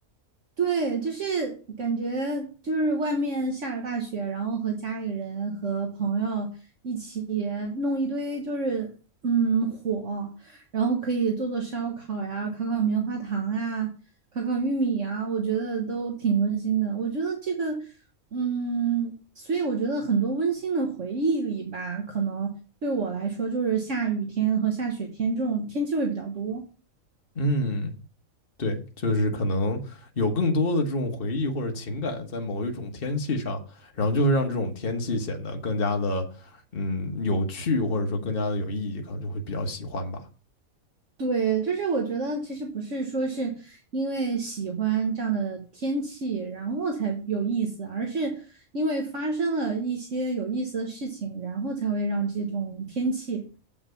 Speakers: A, on the right; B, on the left.
A: 对，就是感觉就是外面下着大雪，然后和家里人和朋友一起弄一堆就是嗯火，然后可以做做烧烤呀，烤烤棉花糖啊，烤烤玉米呀，我觉得都挺温馨的。我觉得这个嗯，所以我觉得很多温馨的回忆里吧，可能对我来说就是下雨天和下雪天这种天气会比较多。
B: 嗯。对，就是可能有更多的这种回忆或者情感在某一种天气上，然后就会让这种天气显得更加的，嗯，有趣或者说更加的有意义，可能就会比较喜欢吧。
A: 对，就是我觉得其实不是说是因为喜欢这样的天气，然后才有意思，而是因为发生了一些有意思的事情，然后才会让这种天气